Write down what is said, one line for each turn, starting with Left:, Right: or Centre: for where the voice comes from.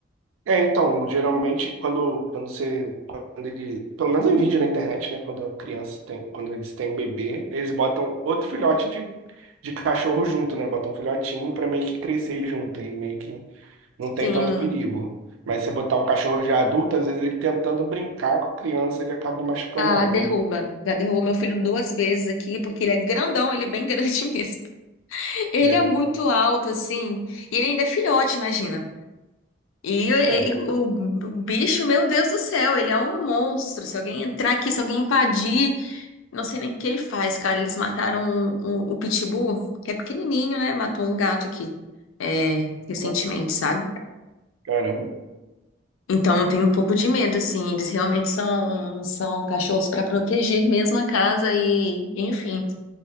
Right: É, então, geralmente quando, quando você, quando ele, pelo menos em vídeo na internet, né, quando a criança tem, quando eles têm bebê, eles botam outro filhote de, de cachorro junto, né, botam um filhotinho para meio que crescer junto, aí meio que não
Left: Sim.
Right: tem tanto perigo. Mas se botar um cachorro já adulto, às vezes ele tentando brincar com a criança, ele acaba machucando
Left: Ah,
Right: ela,
Left: derruba.
Right: né?
Left: Já derrubou meu filho duas vezes aqui, porque ele é grandão, ele é bem <laughs> grande mesmo. Ele
Right: É,
Left: é muito alto, assim. E ele ainda é filhote, imagina. E, e-
Right: é, é.
Left: o, o bicho, meu Deus do céu, ele é um monstro. Se alguém entrar aqui, se alguém invadir, não sei nem o que ele faz, cara. Eles mataram o, o pitbull, que é pequenininho, né? Matou um gato aqui, é, recentemente,
Right: nossa,
Left: sabe?
Right: caramba.
Left: Então eu tenho um pouco de medo, assim. Eles realmente são, são cachorros para proteger mesmo a casa e, enfim,